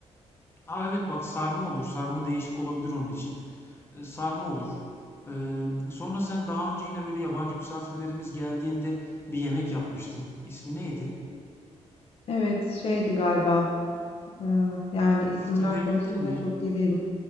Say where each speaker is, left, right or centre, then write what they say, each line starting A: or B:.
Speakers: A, on the left; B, on the left.
A: A, evet, bak sarma olur. Sarma değişik olabilir onun için. Eee, sarma olur. Eee, sonra sen daha önce yine, böyle, yabancı misafirlerimiz geldiğinde bir yemek yapmıştın. İsmi neydi?
B: Evet, şeydi galiba. Ee, yani isimler
A: Hatırlayabildin
B: konusunda
A: mi?
B: çok iyi değilim.